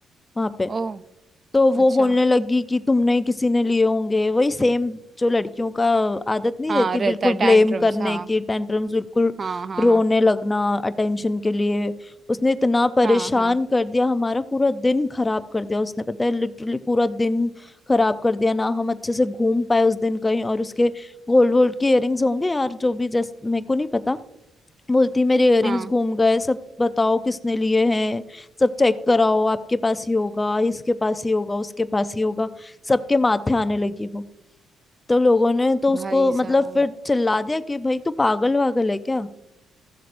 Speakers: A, on the left (about 20°); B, on the right (about 35°).
A: वहां पे
B: ओह
A: तो वो
B: अच्छा
A: बोलने लगी कि तुमने किसी ने लिए होंगे वही सेम जो लड़कियों का आदत नहीं
B: हाँ
A: रहती
B: रहता
A: बिल्कुल
B: है
A: ब्लेम
B: टैंट्रम्स
A: करने
B: हाँ
A: की टेंटरम्स बिल्कुल
B: हाँ हाँ
A: रोने
B: हाँ
A: लगना अटेंशन के लिए उसने इतना परेशान
B: हाँ हाँ
A: कर दिया हमारा पूरा दिन खराब कर दिया उसने पता है लिटरली पूरा दिन खराब कर दिया ना हम अच्छे से घूम पाए उस दिन कहीं और उसके गोल्ड वोल्ड के इयररिंग्स होंगे यार जो भी जैसे मेरे को नहीं पता बोलती मेरे इयररिंग्स
B: हाँ
A: घूम गए सब बताओ किसने लिए हैं सब चेक कराओ आपके पास ही होगा इसके पास ही होगा उसके पास ही होगा सबके माथे आने लगी वो तो लोगों ने तो उसको
B: भाई
A: मतलब
B: साहब
A: फिर चिल्ला दिया कि भाई तू पागल वागल है क्या